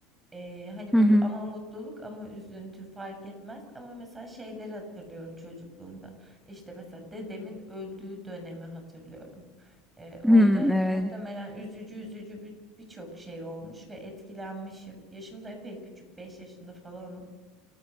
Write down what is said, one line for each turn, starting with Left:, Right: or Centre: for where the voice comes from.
Right: Eee, hani,
Centre: Hı
Right: böyle
Centre: hı.
Right: ama mutluluk ama üzüntü fark etmez ama mesela şeyleri hatırlıyorum çocukluğumda. İşte, mesela dedemin öldüğü dönemi hatırlıyorum. Ee, orada
Centre: Hı, evet.
Right: muhtemelen üzücü üzücü bir- birçok şey olmuş ve etkilenmişim. Yaşım da epey küçük, 5 yaşında falanım.